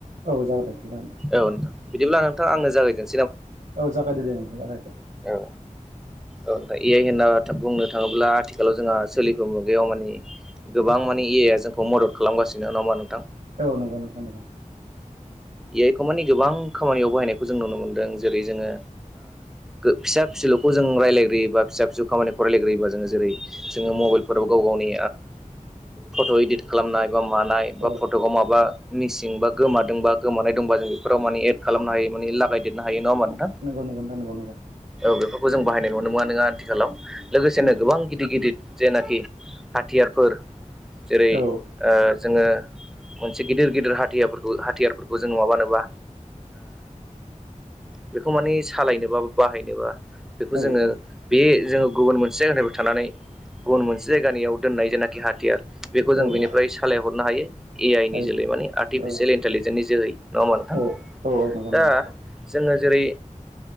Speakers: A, on the right; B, in the centre.
A: औ जागोन देथ जागोन दे
B: औ नोंथां बिदिब्ला नोंथां आंनो जागायगोन।
A: औ जागायदो दे नोंथां जागायदो।
B: अ औ ए आइ होनना बुंनो थाङोब्ला आथिखालाव जोंहा सोलिफ मुगायाव मानि गोबां माने ए आइ आ जोंखौ मदद खालामगासिनो ना। औ
A: नंगौ नोंथां नंगौ
B: ए आइ खौ माने गोबां। खामानियाव बाहायनायखौ जों नुनो मोनदों जेरै जोङो। फिसा फिसौखौ जों रायलाय्रोयोबा फिसा फिसौ खामानिखौ रालायग्रयोबा जोङो जेरै जोङो मबाइलाव गाव गावनो। फट' इदिट खालामनाय मानाय बा
A: औ
B: फट'खौ माबा मिसिं बा गोमादों बा गोमानाय। दंबा जों बेफोराव माने एड खालामनो हायो माने लागायदेरनो हायो नङा होनबा नोंथां।
A: नंगौ नंगौ नोंथां नंगौ नंगौ
B: बेफोरखौ जों बाहायनाय नुनो मोना नोङा आथिखालाव। लोगोसेनो गोबां गिदिर गिदिर जेनाखि हाथियारफोर। जेरै
A: औ
B: जोङो मोनसे गिदिर गिदिर हाथियारफोरखौ हाथियारफोरखौ जोङ माबानोबा बेखौ माने सालायनोबा बाहायनोबा। बेखौ
A: औ
B: जोङो
A: औ
B: बे जोङो गुबुन मोनसे जायगानिफ्राय थानानै गुबुन मोनसे जायगानियाव दोननाय जेखि हाथियार बेखौ जों
A: औ
B: बिनिफ्राय
A: औ
B: सालायहरनो हायो ए आइ
A: हायो
B: नि जोलै माने आर्टिफिसियेल
A: औ
B: इन्टेलिजेन्सनि जोहै नङा मानो।
A: औ औ औ नंगौ नंगौ
B: दा जोङो जेरै